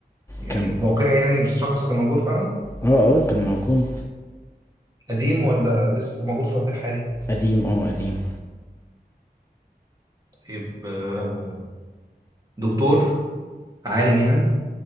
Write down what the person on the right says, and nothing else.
يعني
واقعي يعني الشخص كان موجود فعلا
قديم ولا لسه موجود في الوقت الحالي
طيب آه، دكتور عالم يعني